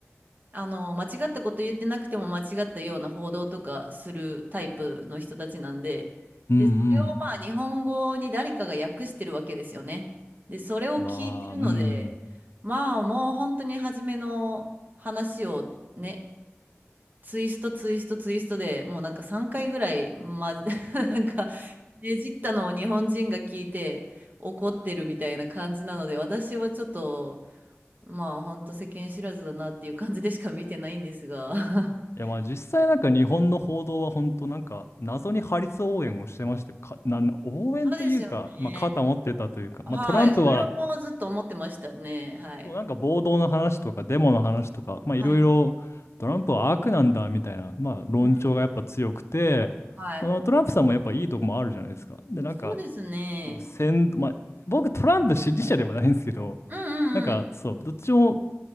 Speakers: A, on the right; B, on the left.
A: あの間違ったこと言ってなくても間違ったような報道とかするタイプの人たちなんで、
B: うんうん
A: でそれをまあ日本語に誰かが訳してるわけですよね。でそれを聞いてるのでまあもう本当に初めの話をね
B: まあ、うん。
A: ツイストツイストツイストでもうなんか3回ぐらい、ま、<laughs> なんかねじったのを日本人が聞いて怒ってるみたいな感じなので私はちょっとまあほんと世間知らずだなっていう感じでしか見てないんですが <laughs>
B: いや、まあ実際なんか日本の報道は本当なんか謎にハリス応援をしてまして、か、な、な応援というか、
A: そうですよね
B: まあ肩持ってたというか、
A: <laughs> はいそれはもうずっと思ってましたねはい
B: まあトランプはなんか暴動の話とかデモの話とか、まあいろいろトランプは悪なんだみたいな、
A: はいは
B: まあ論調がやっぱ強くて、
A: い、うんはい
B: まあトランプさんもやっぱいいとこもあるじゃないですか。で、なんか
A: そうですね
B: でも先、まあ、僕トランプ支持者ではないんですけど、
A: うんうんうん
B: なんかそう、どっちも